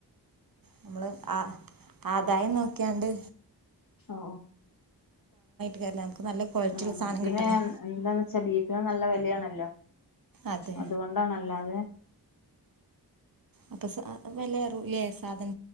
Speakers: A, on the right; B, on the left.
A: നമ്മള്, അ.. ആദായം നോക്കാണ്ട്
B: ഒ....
A: കാര്യല്ല നമുക്ക് നല്ല ക്വാളിറ്റിയുള്ള
B: ഓ..
A: സാധനം
B: പിന്നെയെന്താണെന്നുവച്ചാൽ
A: കിട്ടണം
B: ബീഫോളം നല്ല വെ <inaudible>
A: അതെ
B: അതുകൊണ്ടാണല്ലാതെ
A: അപ്പം സാധ.. വിലയേറൂ ലേ സാധന